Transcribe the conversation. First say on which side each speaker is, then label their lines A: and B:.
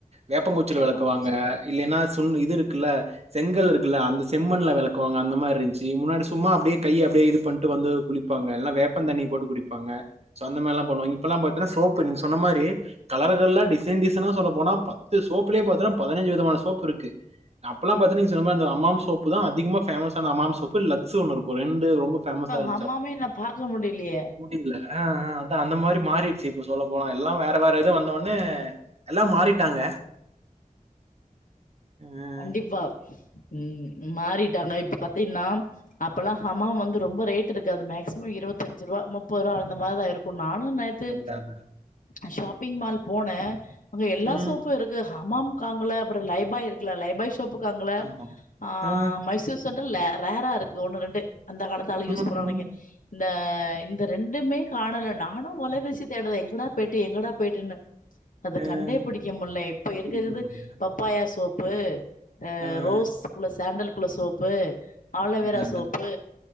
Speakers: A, on the right; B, on the left.
A: வேப்பங் குச்சில
B: வேப்பங்குச்சி
A: வெளக்குவாங்க இல்லைனா சுன் இது இருக்குல்ல செங்கல் இருக்குல்ல அந்த செம்மண்ல வெளக்குவாங்க அந்த மாரி இருந்துச்சி முன்னாடி சும்மா அப்டியே கைய அப்டியே இது பண்ட்டு வந்து குளிப்பாங்க எல்லா வேப்பந் தண்ணி போட்டு குடிப்பாங்க சோ அந்த மாரி லா பண்ணுவாய்ங்க இப்பலா பாத்தினா சோப்பு நீங்க சொன்ன மாரி கலர்கள்ள டிசைன் டிசைனா சொல்ல போனா பத்து சோப்லயே பாத்தினா பதனஞ்சு விதமான சோப் இருக்கு அப்பலா பாத்தீனா நீங்க சொன்ன மாரி இந்த ஹமாம் சோப்பு தா அதிகமா ஃபேமஸ் ஆன ஹமாம் சோப்பு லக்ஸ் ஒன்னு இருக்கு ரெண்டு ரொம்ப ஃபேமசா
B: இப்ப
A: இருந்துச்சு
B: ஹமாமே
A: அப்ப
B: நா பாக்க முடியலையே
A: இல்ல அ அ அதா அந்த மாரி மாறிர்ச்சி இப்ப சொல்ல போனா எல்லா வேற வேற இது வந்த ஒனே எல்லா மாறிட்டாங்க ஆஹ்
B: கண்டிப்பா ம் மாறிட்டாங்க இப்ப பாத்தீனா அப்பல்லா ஹமாம் வந்து ரொம்ப ரேட் இருக்காது மேக்சிமம் இருவத்தஞ்சு ருவா முப்பது ருவா அந்த மாரிதா இருக்கு நானு நெற் து
A: அதான் அதான்.
B: அ ஷாப்பிங் மால் போனே அங்க எல்லா
A: உம்
B: சோப்பு இருக் கு ஹமாம் காங்கல அப்ற லைபாய் இருக்குல லைபாய் ஷோப்பு காங்கல
A: ஆமா
B: ஆ
A: ஆஹ்
B: மைசூர் சேண்டல் லே ரேரா இருக்கு ஒண்ணு ரெண்டு அந்த காலத்து ஆளு யூஸ்
A: உம்
B: பண்ற வரைக்கு
A: உம்
B: இந்த இந்த ரெண்டுமே காணல நானு வல வீசி தேடுறே எங்கடா போய்ட்டு எங்கடா போய்ட்டுன்னு அது
A: ஆஹ்
B: கண்டே பிடிக்க முல்ல இப்ப இருக்கறது
A: பிடிக்க முடியல
B: பப் பாயா சோப்பு அ
A: ஆஹ்
B: ரோஸ் குள்ள சாண்டல் குள்ள சோப்பு ஆலோ
A: அதான்
B: வேரா
A: அதான்
B: சோப்பு